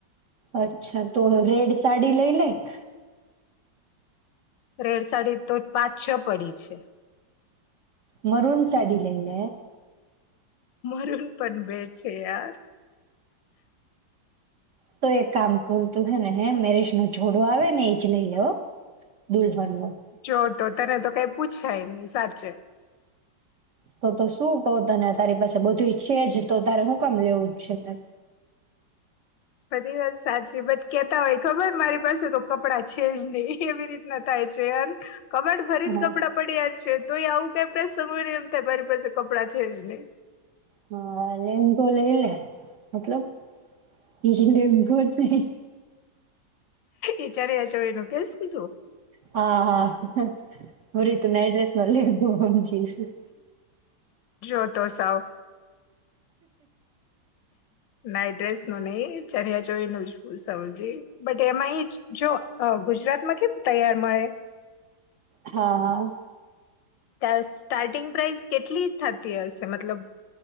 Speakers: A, on the right; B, on the left.
A: અચ્છા, તો રેડ સાડી લઈ લે એક.
B: રેડ સાડી તો પાંચ છ પડી છે.
A: મરૂન સાડી લઈ લે.
B: મરૂન પણ બે છે યાર.
A: તો એક કામ કર તું હે ને હે મેરેજ નો જોડો આવે ને ઈ જ લઈ લે હો. દુલ હનનો
B: જો તો તને તો કાઈ પૂછાય ની સાચે.
A: તો તો શું કહું તને તારી પાસે બધુંય છે જ તો તારે હું કામ લેવું છે એમ.
B: બધી વાત સાચી બટ કેતા હોય ખબર મારી પાસે તો કપડાં છે જ નહી એવી રીતના થાય છે, યાર. કબાટ ભરીને
A: હા
B: કપડાં પડ્યા છે, તોય આવું <unintelligible> એમ થાય મારી પાસે કપડાં છે જ નહી.
A: હા લેંઘો લઈલ લે મતલબ ઈ જે લેંઘો નહીં
B: એચ આર એ <unintelligible> નો કેસ તું.
A: હા, હા, હા ભૂરી તું નાઈ ડ્રેસ <unintelligible> ઇ શું.
B: જોતો સાવ નાઈ ડ્રેસ નો નહી ચણીયા ચોળી નો <unintelligible> બટ એમાં એ જ જો અહ ગુજરાતમાં કેમ તૈયાર મળે
A: હા, હા.
B: ત્યાં સ્ટાર્ટિંગ પ્રાઇસ કેટલી થતી હશે મતલબ